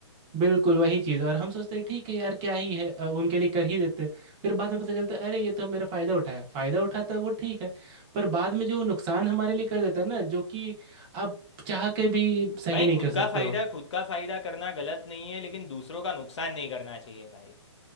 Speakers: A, on the right; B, on the left.
A: बिल्कुल वही चीज़ और हम सोचते हैं ठीक है यार क्या ही है अ, उनके लिए कर ही देते हैं फिर बाद में पता चलता है अरे ये तो मेरा फ़ायदा उठाया फ़ायदा उठाता है वो ठीक है पर बाद में जो नुकसान हमारे लिए कर देता है ना जो कि आप चाह के भी सही
B: भाई
A: नहीं
B: खुद
A: कर सकते
B: का फायदा
A: हो
B: खुद का फायदा करना गलत नहीं है लेकिन दूसरों का नुकसान नहीं करना चाहिए भाई